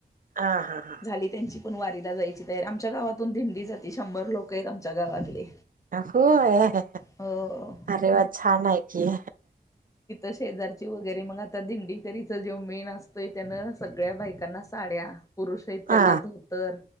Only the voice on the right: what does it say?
हा हा हां.
होय
अरे वा छान आहे की.
हा